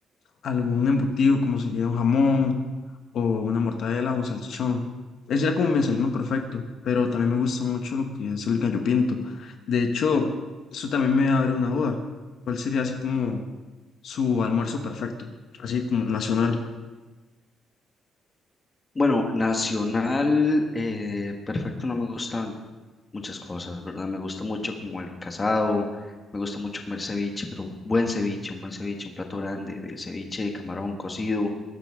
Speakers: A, on the left (about 55°); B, on the left (about 20°).
A: algún embutido, como sería un jamón o una mortadela o un salchichón. Ese era como mi desayuno perfecto, pero también me gusta mucho lo que es el gallo pinto. De hecho, eso también me abre una duda. ¿Cuál sería así como su almuerzo perfecto, así como nacional.
B: Bueno, nacional, eh, perfecto, no me gustan muchas cosas, ¿verdad? Me gusta mucho como el casado, me gusta mucho comer ceviche, pero un buen ceviche, un buen ceviche, un plato grande de ceviche de camarón cocido,